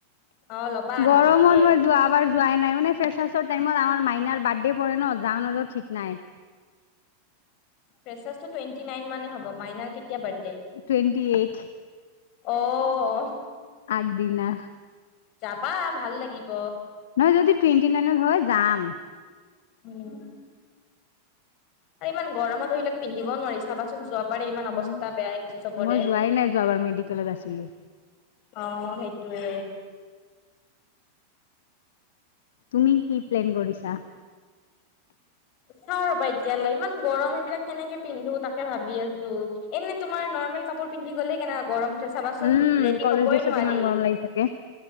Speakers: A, on the left; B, on the left.
A: অ ল'বা
B: গৰমত
A: নতুনকে
B: মই যোৱাবাৰ যোৱাই নাই মানে, ফ্ৰেছাৰ্ছৰ টাইমত আমাৰ মাইনাৰ বাৰ্থডে পৰে ন, যাওঁ নাযাওঁ ঠিক নাই।
A: ফ্ৰেছাৰ্ছটো টুৱেণ্টি নাইন মানে হব। মাইনাৰ কেতিয়া বাৰ্থডে?
B: Twenty eight.
A: অ'
B: আগ দিনা।
A: যাবা ভাল লাগিব।
B: নহয় যদি টুৱেণ্টি নাইনত হয় যাম
A: উম আৰু ইমান গৰমত সেইবিলাক পিন্ধিব নোৱাৰি চাবাচোন যোৱাবাৰ ইমান অৱস্থা
B: উম।
A: বেয়া হৈ গৈছে চবৰে
B: মই যোৱাই নাই যোৱাবাৰ মেডিকেলত আছিলো।
A: অ সেইটোয়ে
B: তুমি কি প্লেন কৰিছা
A: চাওঁ ৰ'বা এতিয়ালৈ ইমান গৰম সেইবিলাক কেনেকে পিন্ধো তাকে ভাবি আছো এনে তোমাৰ নৰ্মেল কাপোৰ পিন্ধি গলে কেনেকা গৰম উঠে চাবাচোন
B: উম
A: ৰেডি
B: কলেজ
A: হবই
B: ড্ৰেছত
A: নোৱাৰি
B: ইমান গৰম লাগি থাকে।